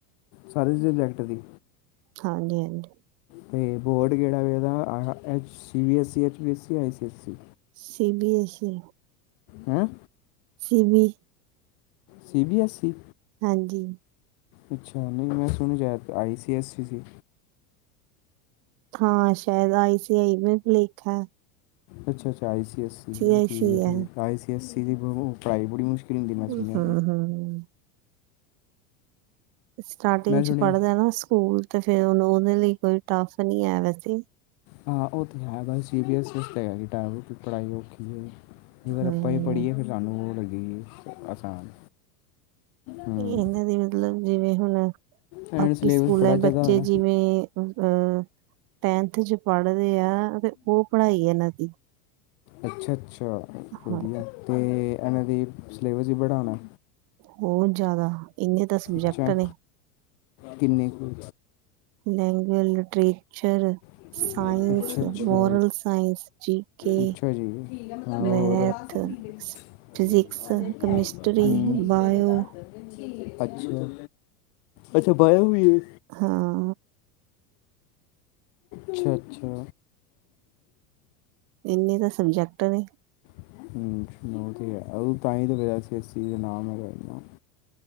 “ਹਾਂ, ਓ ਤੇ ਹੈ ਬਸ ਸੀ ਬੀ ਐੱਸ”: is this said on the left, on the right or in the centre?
Left